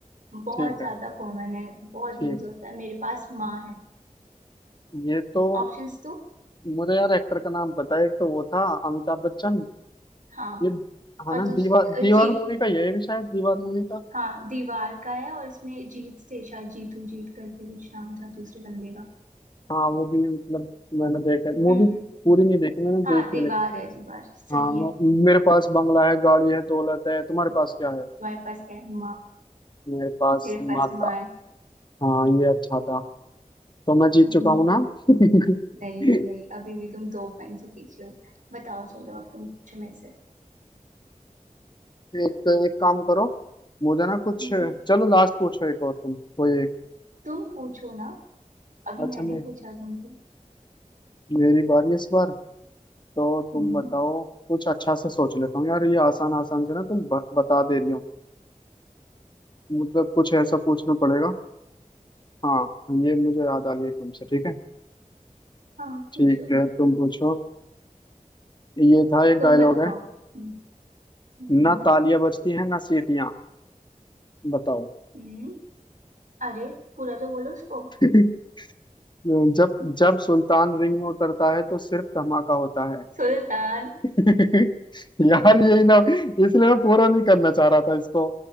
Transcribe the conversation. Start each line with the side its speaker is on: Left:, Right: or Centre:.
Right: बहुत
Left: ठीक
Right: ज्यादा
Left: है
Right: कॉमन है बहुत
Left: ठीक
Right: यूज होता है मेरे पास माँ है
Left: ये तो
Right: ऑप्शंस तो
Left: मुझे यार एक्टर का नाम पता है एक तो वो था अमिताभ बच्चन
Right: हाँ
Left: ये हाँ
Right: और
Left: ना
Right: दूसरा
Left: दीवार दीवार
Right: जीत
Left: मूवी का ये भी शायद दीवार मूवी का
Right: हाँ दीवार का है और इसमें जीत से शायद जीतू जीत करके कुछ नाम था दूसरे बंदे का
Left: हाँ वो भी मतलब मैंने देखा मूवी
Right: हम्म हम्म
Left: पूरी नहीं देखी मैंने
Right: हाँ
Left: देखी
Right: दीवार
Left: है लेकिन
Right: है दीवार सही
Left: हाँ म-
Right: है
Left: मेरे पास बंगला है गाड़ी है दौलत है तुम्हारे पास क्या है
Right: तुम्हारे पास क्या है माँ
Left: मेरे पास
Right: मेरे पास
Left: माता
Right: माँ है
Left: हाँ ये अच्छा था तो मैं जीत
Right: हम्म,
Left: चुका हूँ ना <laughs> अच्छा
Right: नहीं नहीं अभी भी तुम दो पॉइंट से पीछे हो बताओ चलो अब तुम पूछो मेरे से
Left: एक तो एक काम करो मुझे ना कुछ
Right: हम्म
Left: चलो लास्ट पूछो एक और तुम कोई एक
Right: तुम पूछो ना अभी
Left: अच्छा
Right: मैंने
Left: मे,
Right: पूछा तुमसे
Left: मेरी बारी इस बार तो तुम
Right: हम्म
Left: बताओ कुछ अच्छा से सोच लेता हूँ यार ये आसान आसान से ना तुम ब, बता दे रही हो मतलब कुछ ऐसा पूछना पड़ेगा हाँ ये मुझे याद आ गया एकदम से ठीक है
Right: हाँ
Left: ठीक
Right: पूछो
Left: है तुम पूछो ये था एक
Right: तुम
Left: डायलॉग
Right: बताओ
Left: है
Right: हम्म हम्म हम्म,
Left: ना तालियां बजती हैं ना सीटियां बताओ
Right: हम्म, अरे पूरा तो बोलो उसको
Left: <laughs> जब जब सुल्तान रिंग में उतरता है तो सिर्फ धमाका होता है,
Right: सुल्तान
Left: <laughs> यार यही ना इसलिए मैं पूरा नहीं करना चाह रहा था इसको